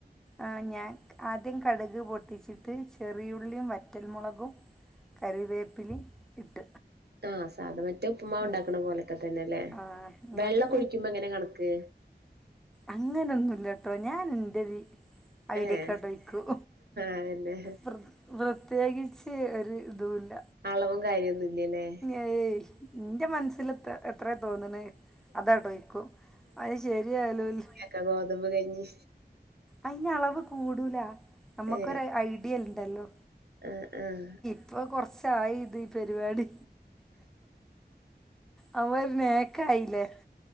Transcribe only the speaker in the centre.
ആഹ ഞാ ആദ്യം കടുക് പൊട്ടിച്ചിട്ട് ചെറിയുള്ളിയും, വറ്റൽമുളകും, കരിവേപ്പിലയും ഇട്ട്.
ഉം
ആഹ് ഇങ്ങട്ട്
അങ്ങനൊന്നുമില്ലട്ടോ, ഞാൻ എൻ്റെ രീതി ഐഡിയക്ക്
അത് വയ്ക്കും.
പ്ര പ്രത്യേകിച്ച് ഒരു ഇതും ഇല്ല.
ഏയ് എന്റ മനസ്സിൽ എത്ര എത്രയാ തോന്നണെ, അതവിടെ വെക്കും അത് ശരിയായാലും ഇല്ലേലും.
അയിന് അളവ് കൂടൂല. നമ്മുക്കൊരു
ഐഡിയ ഉണ്ടല്ലോ.
ഇപ്പൊ കൊറച്ചായി ഈ പരിപാടി. അപ്പൊ ഒരു നേക്ക്. നക്കായിലെ